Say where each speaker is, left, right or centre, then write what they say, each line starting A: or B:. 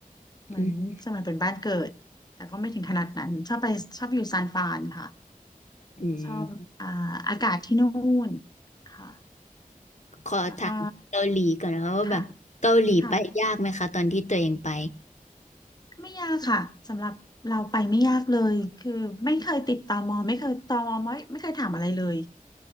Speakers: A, on the left; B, on the left.
A: เหมือนสมัยเป็นบ้านเกิดแต่ก็ไม่ถึงขนาดนั้นชอบไปชอบอยู่ซานฟรานค่ะ
B: อืมอืม
A: ชอบอ่าอากาศที่นู่นค่ะ
B: ขอถามเกาหลีก่อนนะคะว่าแบบเกาหลีไปยากไหมคะตอนที่ตัวเองไป
A: แล้วก็ค่ะค่ะ ไม่ยากค่ะ สำหรับเราไปไม่ยากเลย คือไม่เคยติดตมไม่เคยตมไม่ไม่เคยถามอะไรเลย